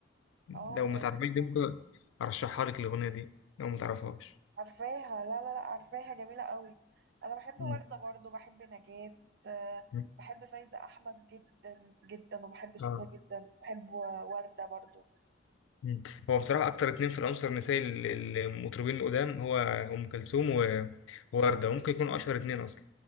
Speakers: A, on the left; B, on the right.
A: لو
B: اه جميلة
A: متعرفهاش دي ممكن أرشحها لك الأغنية دي لو متعرفهاش
B: عارفاها لا لا لا عارفاها جميلة قوي انا بحب وردة
A: امم
B: برضو بحب نجاة آه،
A: أمم.
B: بحب فايزة احمد جدا جدا وبحب شكلها
A: اه
B: جدا بحب و- وردة برضو
A: مم. هو بصراحة أكتر اتنين في العنصر النسائي ال- ال- المطربين القدام هو أم كلثوم و- ووردة ممكن يكونوا أشهر اتنين أصلا